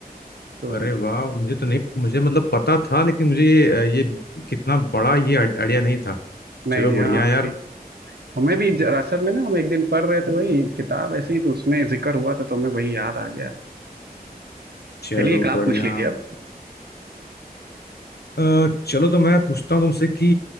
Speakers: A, on the right (about 80°); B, on the left (about 80°).
A: तो
B: अरे वाह मुझे तो नहीं मुझे मतलब पता था लेकिन मुझे ये ये कितना बड़ा ये आइडिया नहीं था
A: नहीं
B: चलो
A: नहीं
B: बढ़िया
A: हाँ हम
B: यार
A: भी हमें भी ज- असल में ना हम एक दिन पढ़ रहे थे वही किताब ऐसे ही तो उसमें जिक्र हुआ था तो हमें वही याद आ गया
B: चलो
A: चलिए एक आप
B: बढ़िया
A: पूछ लीजिए अब
B: अ, चलो तो मैं पूछता हूँ तुमसे कि